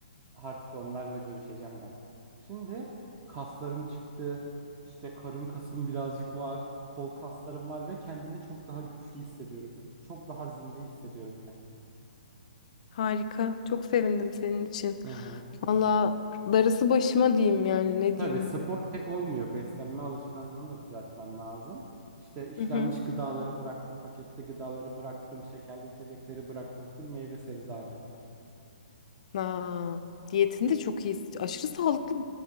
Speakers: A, on the right; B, on the left.
A: Artık onlarla görüşeceğim ben. Şimdi kaslarım çıktı. İşte karın kasım birazcık var. Kol kaslarım var ve kendimi çok daha güçlü hissediyorum. Çok daha zinde hissediyorum kendimi.
B: Harika. Çok sevindim senin için.
A: Hı hı.
B: Valla darısı başıma diyeyim yani ne
A: Tabii
B: diyeyim.
A: spor tek olmuyor. Beslenme alışkanlığını da düzeltmen lazım. İşte işlenmiş
B: Hı hı.
A: gıdaları bıraktım, paketli gıdaları bıraktım, şekerli içecekleri bıraktım, full meyve sebze ağırlıklı.
B: Aa, diyetin de çok iyi. Aşırı sağlıklı